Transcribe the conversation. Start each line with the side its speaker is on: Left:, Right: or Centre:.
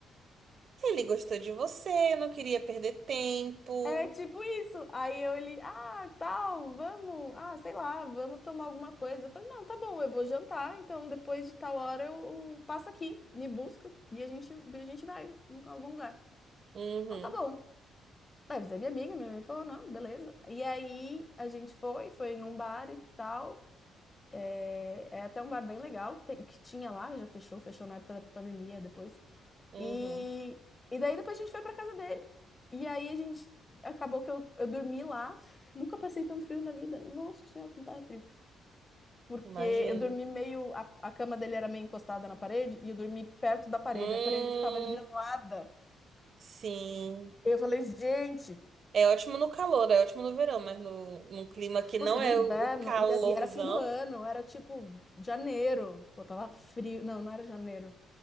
Right: ele gostou de você, não queria perder tempo.
Left: É tipo isso. Aí eu ele, ah, tal, vamos, ah, sei lá, vamos tomar alguma coisa. Eu falei, não, tá bom, eu vou jantar, então depois de tal hora eu, eu passo aqui, me busca e a gente, a gente vai em algum lugar.
Right: Uhum,
Left: Não, tá bom. Aí você é minha amiga, minha mãe falou, não, beleza. E aí a gente foi, foi num bar e tal. É, é até um bar bem legal que, tem, que tinha lá, já fechou, fechou na época da pandemia depois.
Right: uhum,
Left: E, e daí depois a gente foi pra casa dele. E aí a gente acabou que eu, eu dormi lá. <laughs> Nunca passei tanto frio na vida. Nossa senhora, como tava frio. Porque
Right: imagino.
Left: eu dormi meio. A, a cama dele era meio encostada na parede e eu dormi perto da parede.
Right: Hum,
Left: A parede ficava gelada.
Right: sim.
Left: Eu falei, gente,
Right: É ótimo no calor, é ótimo no verão, mas no, num clima que não
Left: puta, no
Right: é
Left: inverno.
Right: o, o calorzão.
Left: E, e era fim do ano, era tipo janeiro. Pô, tava frio. Não, não era janeiro.